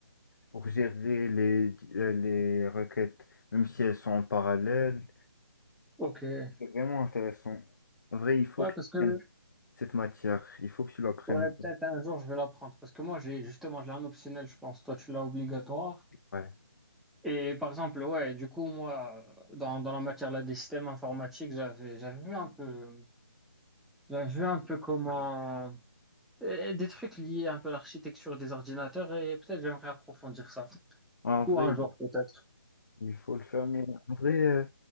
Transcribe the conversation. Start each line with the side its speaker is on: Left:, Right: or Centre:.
Left: pour gérer les, di- euh, les requêtes, même si elles sont en parallèle.
Centre: Ok. Ouais,
Left: C'est vraiment intéressant. En vrai, il faut
Centre: parce
Left: que tu
Centre: que
Left: prennes cette matière, il faut que tu l'apprennes.
Centre: ouais, peut-être un jour je vais l'apprendre. Parce que moi, j'ai justement, je l'ai en optionnel, je pense. Toi, tu l'as obligatoire.
Left: Ouais.
Centre: Et par exemple, ouais, du coup, moi, dans, dans la matière là, des systèmes informatiques, j'avais j'avais vu un peu, j'avais vu un peu comment euh, des trucs liés un peu à l'architecture des ordinateurs et peut-être j'aimerais approfondir ça.
Left: En
Centre: Du coup,
Left: vrai,
Centre: un jour peut-être.
Left: il faut le faire, mais en vrai, euh,